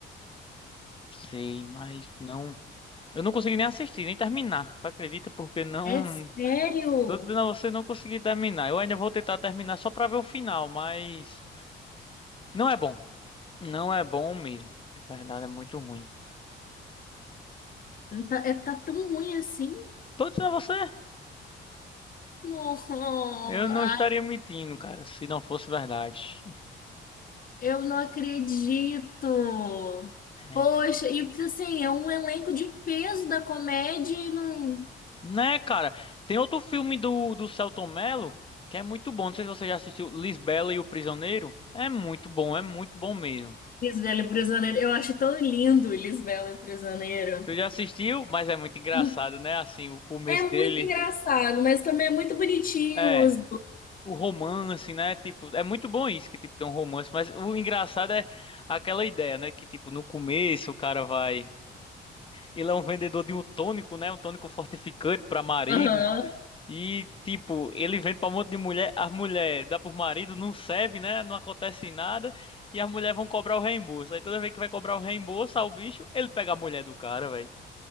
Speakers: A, on the left (about 25°); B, on the left (about 45°).
A: Sei, mas não. Eu não consegui nem assistir, nem terminar. Tu acredita? Porque não.
B: É sério?
A: Tô dizendo a você não consegui terminar. Eu ainda vou tentar terminar só pra ver o final, mas não é bom. Não é bom mesmo. Na verdade, é muito ruim.
B: Tá, é- tá tão ruim assim?
A: Tô dizendo a você,
B: Não,
A: eu
B: ai,
A: não estaria mentindo, cara, se não fosse verdade.
B: eu não acredito.
A: É.
B: Poxa, e tipo assim, é um elenco de peso da comédia e não.
A: Né, cara? Tem outro filme do, do Selton Mello que é muito bom. Não sei se você já assistiu Lisbela e o Prisioneiro. É muito bom, é muito bom mesmo.
B: Lisbela e o Prisioneiro. Eu acho tão lindo Lisbela e o Prisioneiro.
A: Você já assistiu, mas é muito engraçado,
B: Ah,
A: né? Assim, o começo
B: É
A: dele.
B: muito engraçado, mas também é muito bonitinho
A: é.
B: os.
A: o romance, né? Tipo, é muito bom isso que tipo tem um romance, mas o engraçado é aquela ideia, né, que tipo no começo o cara vai, ele é um vendedor de um tônico, né, um tônico fortificante para maridos
B: Aham.
A: e tipo, ele vende para um monte de mulher, as mulher dá pro marido, não serve, né? Não acontece nada e as mulheres vão cobrar o reembolso. Aí toda vez que vai cobrar o reembolso ao bicho, ele pega a mulher do cara, velho.